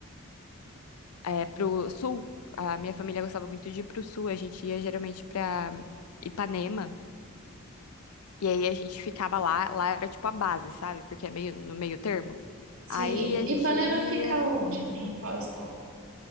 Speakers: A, on the left (about 90°); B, on the right (about 70°).
A: é, pro sul. A minha família gostava muito de ir pro sul. A gente ia geralmente para Ipanema e aí a gente ficava lá. Lá era tipo a base, sabe? Porque é meio no meio termo.
B: Sim,
A: Aí
B: e
A: a
B: Ipanema
A: gente ia
B: fica onde? Em qual estado?